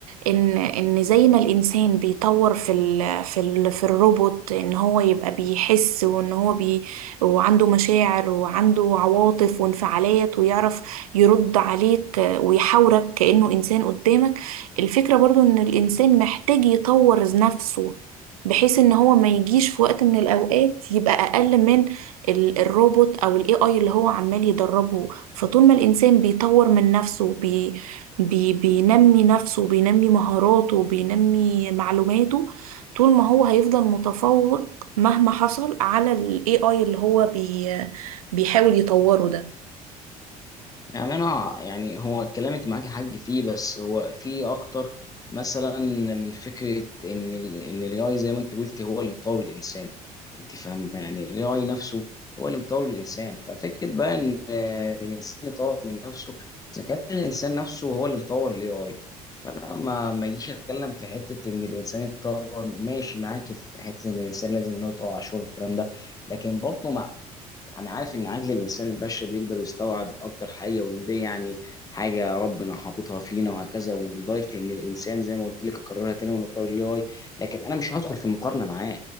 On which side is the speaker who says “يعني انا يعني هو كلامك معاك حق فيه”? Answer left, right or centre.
Left